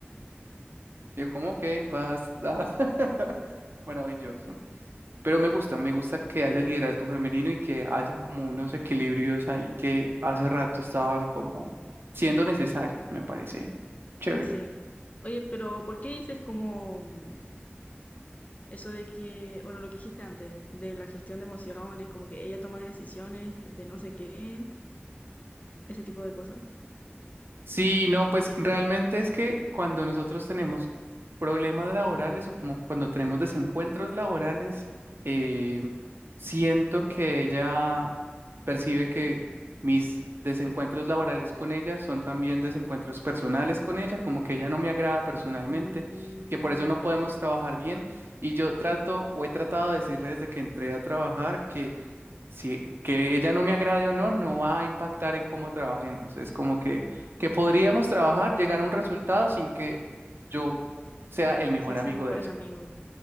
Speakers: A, on the right; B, on the left.
A: Yo como, ok, basta, <laughs> maravilloso. Pero me gusta, me gusta que haya
B: sí,
A: liderazgo femenino y que haya como unos equilibrios ahí que hace rato estaban como siendo necesarios, me parece chévere.
B: sí. Oye, pero ¿por qué dices como mm, eso de que, bueno, lo que dijiste antes, de la gestión de emociones, como que ella toma decisiones de no sé qué, ese tipo de cosas?
A: Sí, no, pues realmente es que cuando nosotros tenemos problemas laborales o como cuando tenemos desencuentros laborales, eh, siento que ella percibe que mis desencuentros laborales con ella son también desencuentros personales con ella, como que ella no me agrada personalmente,
B: Mm,
A: que por eso no podemos trabajar bien. Y yo trato o he tratado de decirle desde que entré a trabajar que si que ella no me agrade o no, no va a impactar en cómo trabajemos. Es como que, que podríamos
B: no,
A: trabajar, llegar a un resultado sin que yo sea el mejor
B: sin ser
A: amigo
B: mejores
A: de ella.
B: amigos,